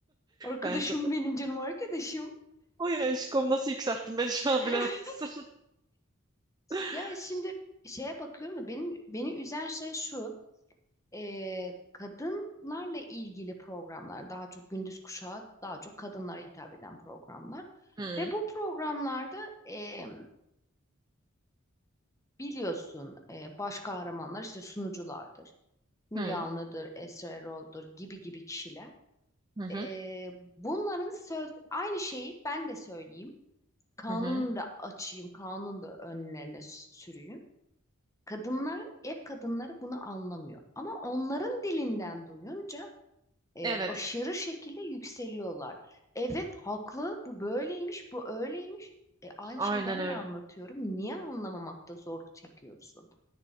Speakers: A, on the left; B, on the right.
A: Arkadaşım
B: Bence de.
A: benim canım arkadaşım.
B: Oy aşkım nasıl yükselttin beni şu
A: <laughs>
B: an bilemezsin. <laughs>
A: Ya şimdi şeye bakıyorum da benim beni üzen şey şu. e, kadınlarla ilgili programlar daha çok gündüz kuşağı daha çok kadınlara hitap eden programlar.
B: Hı
A: Ve bu programlarda e, biliyorsun e, baş kahramanlar işte sunuculardır. Müge
B: hı
A: Anlı'dır, Esra Erol'dur gibi gibi kişiler.
B: hı
A: E,
B: hı.
A: bunların söz aynı şeyi ben de söyleyeyim. Kanunu
B: hı hı.
A: da açayım, kanunu da önlerine s- sürüyüm. Kadınlar, ev kadınları bunu anlamıyor. Ama onların dilinden duyunca e,
B: Evet,
A: aşırı şekilde yükseliyorlar. Evet haklı, bu böyleymiş, bu öyleymiş. E, aynı
B: aynen
A: şeyi ben
B: öyle.
A: de anlatıyorum. Niye anlamamakta zorluk çekiyorsun?